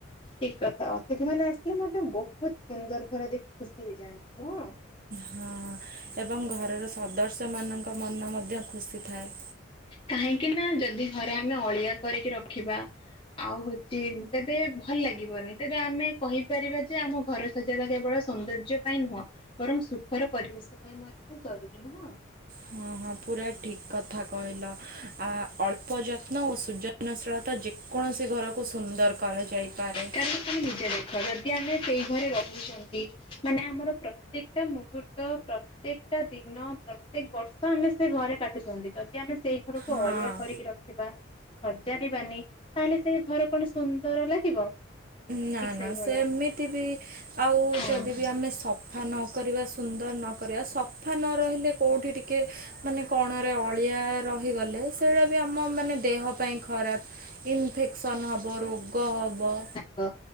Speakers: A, on the left; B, on the right.
A: ଠିକ କଥା ଅତିଥି ମାନେ ଆସିଲେ ମଧ୍ୟ ବହୁତ ସୁନ୍ଦର ଘର ଦେଖି ଖୁସି ହେଇଯାଆନ୍ତି ନୁହଁ
B: ହଁ ଏବଂ ଘରର ସଦସ୍ୟ ମାନଙ୍କ ମନ ମଧ୍ୟ ଖୁସି ଥାଏ
A: କାହିଁକି ନା ଯଦି ଘରେ ଆମେ ଅଳିଆ କରିକି ରଖିବା ଆଉ ହଉଛି ତେବେ ଭଲ ଲାଗିବନି ତେବେ ଆମେ କହିପାରିବା ଯେ ଆମ ଘର ସଜେଇବା କେବଳ ସୌନ୍ଦର୍ଯ୍ୟ ପାଇଁ ନୁହଁ ବରଂ ସୁଖର ପରିବେଶ ପାଇଁ ମଧ୍ୟ ଜରୁରୀ ନୁହଁ
B: ହଁ ହଁ ପୁରା ଠିକ କଥା କହିଲ ଆ ଅଳ୍ ଳ୍ପ ଯତ୍ନ ଓ ସୃଜନଶୀଳତା ଯେକୌଣସି ଘରକୁ ସୁନ୍ଦର କରାଯାଇପାରେ
A: କାରଣ ତମେ ନିଜେ ଦେଖ ଯଦି ଆମେ ସେଇ ଘରେ ରହୁଛନ୍ତି ମାନେ ଆମର ପ୍ରତ୍ୟେକ ଟା ମୁହୂର୍ତ୍ତ ପ୍ର ପ୍ରତ୍ୟେକ ଟା ଦିନ ପ୍ରତ୍ୟେକ ବର୍ଷ ଆମେ ସେ ଘରେ କାଟୁଛନ୍ତି ଯଦି ଆମେ ସେଇ ଘରକୁ
B: ହଁ
A: ଅଳିଆ କରି ରଖିବା ସଜାରିବାନି ତାହେଲେ ସେ ଘର କଣ ସୁନ୍ଦର ଲାଗିବ ଠିକ
B: ନା ନା
A: ସେଇଭଳିଆ
B: ସେ ଏମିତି ବି ଆଉ
A: ହଁ
B: ଯଦି ବି ଆମେ ସ ସଫା ନକରିବା ସୁନ୍ଦର ନ କରିବା ସଫା ନ ରହିଲେ କୋଉଁଠି ଟିକେ ମାନେ କଣରେ ଅଳିଆ ରହିଗଲେ ସେଇଟା ବି ଆମ ମାନେ ଦେହ ପାଇଁ ଖରାପ ଇନଫେକ୍ସନ ହବ ରୋଗ ହବ
A: ବା